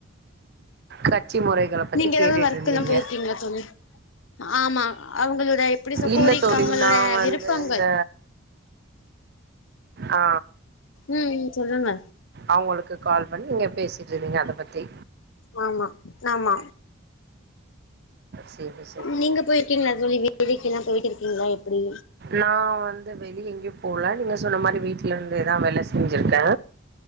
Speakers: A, on the right (about 50°); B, on the left (about 70°).
A: கட்சி முறைகள பத்தி
B: நீங்க ஏதாவது
A: கேட்டுட்டு
B: ஒர்க்
A: இருந்தீங்க
B: எல்லா போயிருக்கீங்களா தோழி ஆமா அவங்களோட எப்படி சொ
A: இல்ல
B: கோரி
A: தோழி
B: அவங்களோட
A: நா வந்து
B: விருப்பங்கள்
A: இந்த ஆ
B: ம் சொல்லுங்க
A: அவங்களுக்கு கால் பண்ணி நீங்க பேசிட்ருந்தீங்க அத பத்தி
B: ஆமா நாமா
A: சேரி சேரி
B: நீங்க போயிருக்கீங்களா தோழி வேதக்க எல்லா போய்ட்டு இருக்கீங்களா எப்டி
A: நா வந்து பெரிய ஐ போல நீங்க சொன்ன மாரி வீட்டுலருந்து ஏதா வேல செஞ்சிருக்கே